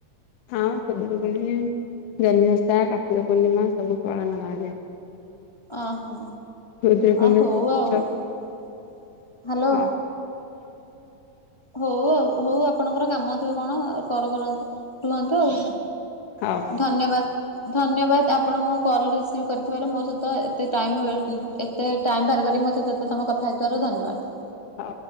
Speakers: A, on the left; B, on the left.
A: ହଁ ଖୁଦୁରୁକୁଣୀ ଜହ୍ନିଓଷା, କାର୍ତ୍ତିକ, ପୂର୍ଣ୍ଣିମା ସବୁ ପାଳନ କରାଯାଏ।
B: ଅହୋ!
A: ଖୁଦୁରୁକୁଣୀରେ
B: ଅ ହୋଉ
A: ସବୁ
B: ଆଉ।
A: ହଁ
B: ହ୍ୟାଲୋ!
A: ହଁ
B: ହଉ ଆଉ, ହଉ ଆପଣଙ୍କର କାମ ଥିବ କଣ? କଲ୍ କରନ୍ତୁ! ରୁହନ୍ତୁ ଆଉ।
A: ହଉ
B: ଧନ୍ୟବାଦ। ଧନ୍ୟବାଦ, ଆପଣ ମୋ କଲ୍ ରିସିଭ କରିଥିବାରୁ ମୋ ସହିତ ଏତେ ଟାଇମ୍ ବେ ଏତେ ଟାଇମ୍ ବାହାର ବି ମୋ ସହିତ ଏତେ ସମୟ କଥା ହେଇଥିବାରୁ, ଧନ୍ୟବାଦ।
A: ହ,